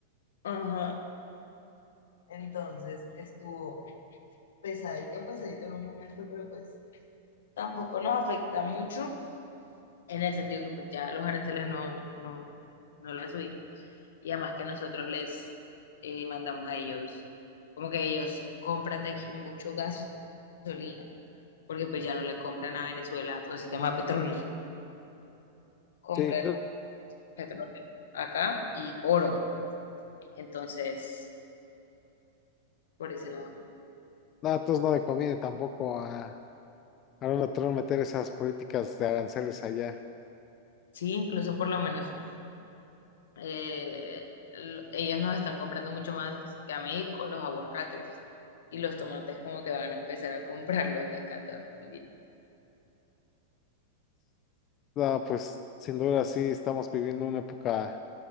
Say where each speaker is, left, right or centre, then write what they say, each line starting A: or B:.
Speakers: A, on the left; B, on the left.
A: ajá, entonces estuvo pesadito, pesadito en un momento, pero pues tampoco nos afecta mucho en el sentido que pues ya los aranceles no, no, no van a subir. y además que nosotros les eh, mandamos a ellos, como que ellos compran de aquí mucho gasolina, porque pues ya no le compran a Venezuela todo ese tema de petróleo, compran
B: Sí, creo
A: petróleo acá y oro, entonces por ese lado.
B: nada entonces no le conviene tampoco a, a Donald Trump meter esas políticas de aranceles allá.
A: Sí, incluso por lo menos eh, l- ellos nos están comprando mucho más que a México los aguacates y los tomates como que van a empezar a comprarlos de acá también.
B: No, pues sin duda sí estamos viviendo una época